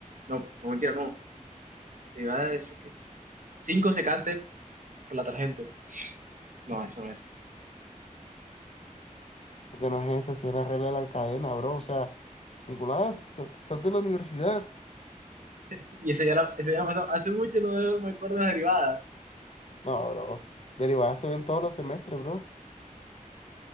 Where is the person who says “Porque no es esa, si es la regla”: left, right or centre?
Left